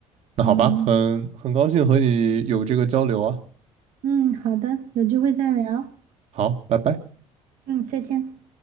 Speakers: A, on the right; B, on the right.
A: 那好吧，
B: 嗯。
A: 很很高兴和你有这个交流啊。
B: 嗯，好的，有机会再聊。
A: 好，拜拜。
B: 嗯，再见。